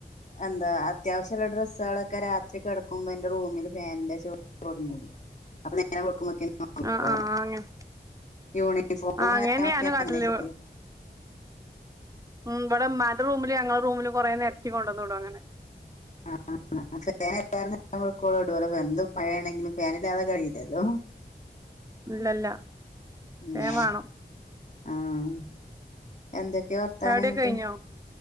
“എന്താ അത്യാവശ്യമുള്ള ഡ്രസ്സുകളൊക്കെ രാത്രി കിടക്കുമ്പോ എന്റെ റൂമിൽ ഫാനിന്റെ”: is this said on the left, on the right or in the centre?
Left